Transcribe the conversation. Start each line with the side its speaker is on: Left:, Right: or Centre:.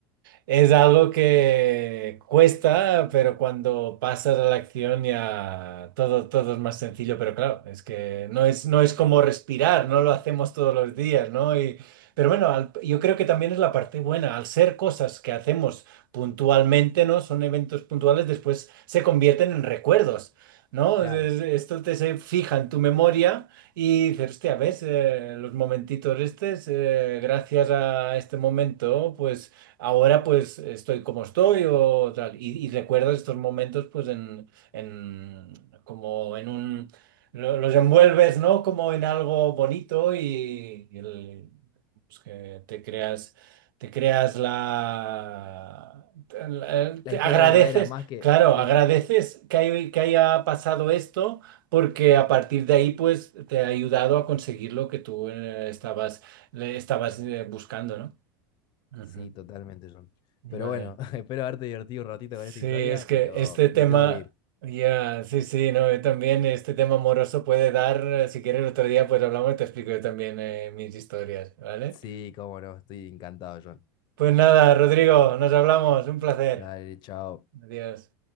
Right: Es algo que cuesta, pero cuando pasas a la acción ya todo, todo es más sencillo, pero claro, es que no es, no es como respirar, no lo hacemos todos los días, ¿no? Y, pero bueno, al- yo creo que también es la parte buena, al ser cosas que hacemos puntualmente, ¿no? Son eventos puntuales, después se convierten en recuerdos, ¿no?
Left: Claro.
Right: Es- es- Esto te se fija en tu memoria. Y dices, hostia, ¿ves? Eh, los momentitos estos, eh, gracias a este momento, pues ahora pues estoy como estoy o tal. Y, y recuerdo estos momentos pues en, en como en un, lo- los envuelves, ¿no? Como en algo bonito y, y el- pues, que te creas, te creas la, el-
Left: La
Right: te
Left: historia
Right: agradeces,
Left: verdadera, más que.
Right: claro,
Left: Sí,
Right: agradeces
Left: sí,
Right: que, hay- que haya pasado esto. Porque a partir de ahí, pues, te ha ayudado a conseguir lo que tú eh, estabas, le estabas eh, buscando, ¿no?
Left: Sí,
Right: Ujú.
Left: totalmente, John.
Right: Vaya.
Left: Pero bueno, <laughs> espero haberte divertido un ratito
Right: Sí,
Left: con esta historia,
Right: es que
Left: pero
Right: este tema,
Left: me tengo que ir.
Right: ya, sí, sí, no, yo también este tema amoroso puede dar, eh, si quieres otro día, pues hablamos y te explico yo también eh, mis historias, ¿vale?
Left: Sí, cómo no, estoy encantado, John.
Right: Pues nada, Rodrigo, nos hablamos, un placer.
Left: Dale, chao.
Right: Adiós.